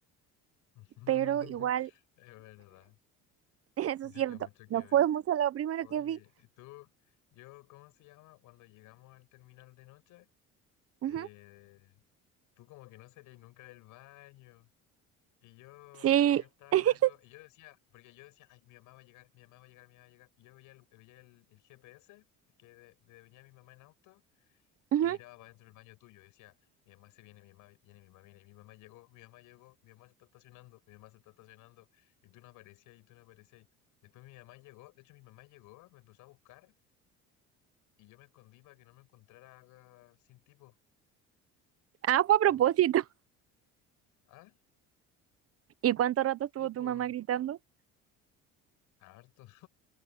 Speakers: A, on the left (about 75°); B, on the right (about 50°).
A: <laughs>
B: pero igual,
A: Es verdad,
B: <laughs> eso
A: no
B: es cierto,
A: había mucho que
B: no
A: ver.
B: fue mucho lo primero
A: Oye,
B: que vi.
A: ¿y tú, yo, ¿cómo se llama? Cuando llegamos al terminal de noche,
B: Ujú.
A: eh, tú como que no salías nunca del baño. Y yo,
B: Sí,
A: y yo estaba
B: <laughs>
A: mirando, y yo decía, porque yo decía, ay, mi mamá va a llegar, mi mamá va a llegar, mi mamá va a llegar. Y yo veía el, veía el, el GPS que de, de venía mi mamá en auto
B: ujú.
A: y miraba para dentro del baño tuyo. Y decía, mi mamá se viene, mi mamá viene, mi mamá viene, mi mamá llegó, mi mamá llegó, mi mamá se está estacionando, mi mamá se está estacionando. Y tú no aparecías, y tú no aparecías. Después mi mamá llegó, de hecho mi mamá llegó, me empezó a buscar y yo me escondí para que no me encontrara ah, sin tipo.
B: Ah, fue a propósito.
A: Como que dije, no.
B: <laughs>
A: Ah,
B: ¿Y cuánto rato
A: sí,
B: estuvo
A: pues,
B: tu mamá gritando?
A: harto.